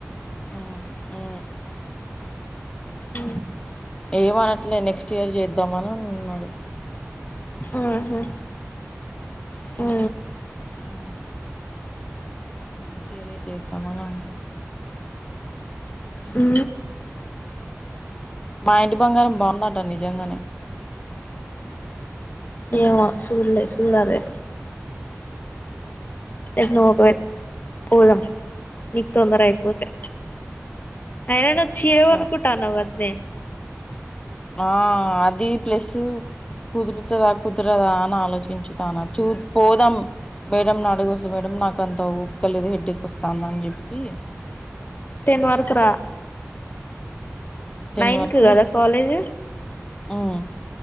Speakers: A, on the left; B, on the left.
A: ఆ ఊ
B: అ
A: ఏమనట్లే నెక్స్ట్ ఇయర్ చేద్దామనన్నారు
B: ఊహు ఉ
A: ఆ నెక్స్ట్ ఇయర్ ఏ చేద్దామనిన్నా
B: ఊ
A: మా ఇంటి బంగారం బాందంట నిజంగానే
B: ఏమో సూడ్లే సూడాలే ఎ <inaudible> పోదం మీక్ తొందర అయిపోతే అయనా నువ్ చ్చీర
A: సరే
B: కొనుకుంటా అన్నావ్ కాద్నే
A: ఆ అది ప్లస్సు కుదురుతదా కుదరదా అని ఆలోచించుతాన చూ పోదాం మేడం అడుగు వస్తే మేడం నాకు అంత ఓపిక లేదు హెడేక్ వస్తుందని చెప్పి
B: టెన్ వరకురా
A: టెన్
B: నైన్
A: వరకు
B: కి కాదా కాలేజ్
A: ఉమ్